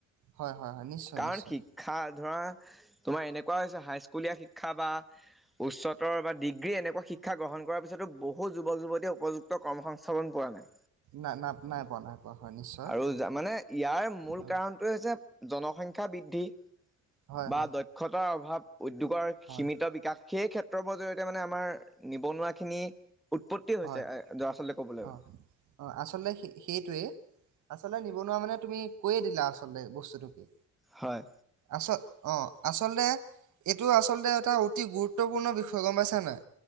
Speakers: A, on the right (about 75°); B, in the centre.
A: হয় হয় হয় নিশ্চয়
B: কাৰণ
A: নিশ্চয়
B: শিক্ষা ধৰা তোমাৰ এনেকুৱা হৈছে হাইস্কুলীয়া শিক্ষা বা উচ্চতৰ বা ডিগ্ৰী এনেকুৱা শিক্ষা গ্ৰহণ কৰাৰ পিছতো বহু যুৱক যুৱতীয়ে উপযুক্ত কৰ্ম সংংস্থাপন পোৱা নাই।
A: নাই নাই নাই পোৱা নাই পোৱা হয় নিশ্চয়
B: আৰু মানে ইয়াৰ মূল
A: হয়
B: কাৰণটোৱে হৈছে জনসংখ্যা বৃদ্ধি
A: হয়
B: বা
A: হয়
B: দক্ষতাৰ অভাৱ উদ্যোগৰ
A: হয়
B: সীমিত বিকাশ সেই ক্ষেত্ৰত জৰিয়তে মানে আমাৰ নিবনুৱা খিনি উৎপত্তি হৈছে
A: হয়
B: আচলতে ক'বলৈ
A: অ
B: গ'লে
A: অ আচলতে সেইটোৱে আচলতে নিবনুৱা মানে তুমি কৈয়ে দিলা আচলতে বস্তুত কি
B: হয়
A: আচল অ আচলতে এইটো আচলতে এটা অতি গুৰুত্বপূৰ্ণ বিষয় গম পাইছা নাই।